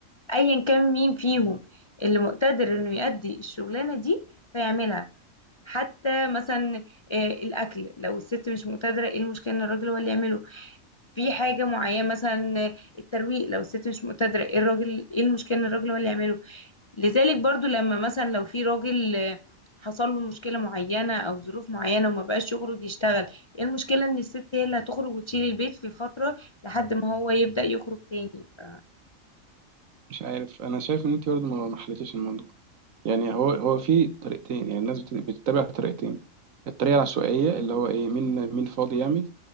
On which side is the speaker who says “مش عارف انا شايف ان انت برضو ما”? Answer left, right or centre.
Right